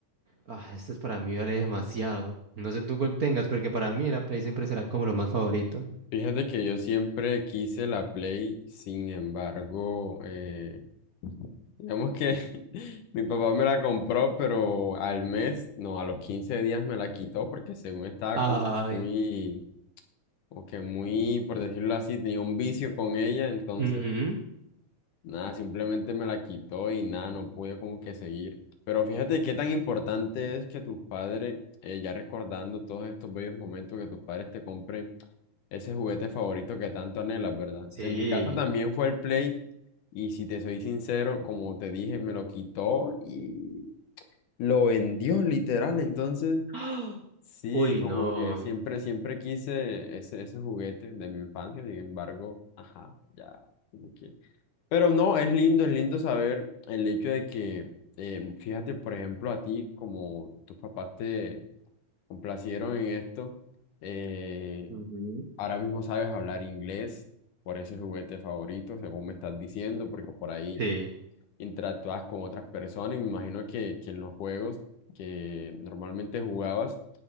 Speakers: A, on the right (about 65°); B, on the left (about 75°).
A: ah, esto es para mí vale demasiado. No sé tú cuál tengas, porque para mí la Play siempre será como lo más favorito.
B: Fíjate que yo siempre quise la Play, sin embargo, eh, digamos que <laughs> mi papá me la compró, pero al mes, no, a los 15 días me la quitó porque según estaba
A: Ay.
B: como muy, o que muy, por decirlo así, tenía un vicio con ella, entonces
A: ujú,
B: Nada, simplemente me la quitó y nada, no pude como que seguir. Pero fíjate qué tan importante es que tus padres, eh, ya recordando todos estos bellos momentos, que tus padres te compren ese juguete favorito que tanto anhelas, ¿verdad?
A: Sí.
B: En mi caso también fue el Play y si te soy sincero, como te dije, me lo quitó y lo vendió literal. Entonces,
A: <gasps> ¡Ah!
B: sí,
A: Uy,
B: como
A: no.
B: que siempre, siempre quise ese, ese juguete de mi infancia, sin embargo, ajá, ya. como que pero no, es lindo, es lindo saber el hecho de que, eh, fíjate, por ejemplo, a ti, como tus papás te complacieron en esto, eh,
A: Ujú.
B: ahora mismo sabes hablar inglés, por ese juguete favorito, según me estás diciendo, porque por ahí
A: Sí.
B: interactúas con otras personas y me imagino que, que en los juegos que normalmente jugabas,